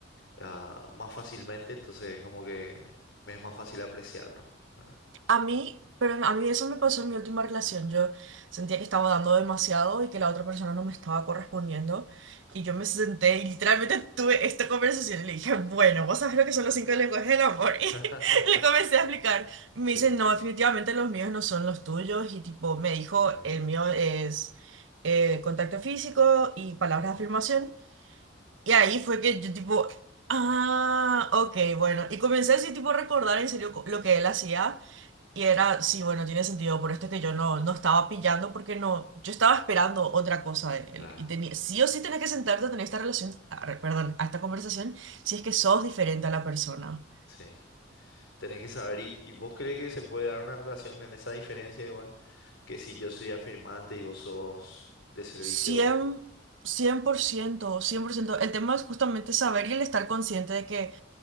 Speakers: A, on the left; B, on the right.
A: ah, más fácilmente, entonces como que me es más fácil apreciarlo, ¿verdad?
B: A mí, pero a mí eso me pasó en mi última relación. Yo sentía que estaba dando demasiado y que la otra persona no me estaba correspondiendo. Y yo me senté y literalmente tuve esta conversación y le dije, bueno,
A: Sí.
B: vos sabés lo que son los cinco lenguajes del amor.
A: <laughs>
B: <laughs> Y le comencé a explicar. Y me
A: Sí,
B: dice, no, definitivamente los míos no son los tuyos. Y tipo, me dijo,
A: claro,
B: el mío es eh, contacto físico y palabras de afirmación. Y ahí fue que yo tipo, ah, ok, bueno. Y comencé así tipo a recordar en serio co- lo que él hacía. Y era, sí, bueno, tiene sentido, por esto es que yo no, no estaba pillando porque no, yo estaba esperando otra cosa de él.
A: claro,
B: Y tenía, sí o sí tenés que sentarte a tener esta relación, ah, re- perdón, a esta conversación, si es que sos diferente a la persona.
A: sí. Tenés que saber, ¿y, y vos crees que se puede dar una relación en esa diferencia igual? Que si yo soy afirmante y vos sos de servicio,
B: cien cien por ciento cien por ciento El tema es justamente saber y el estar consciente de que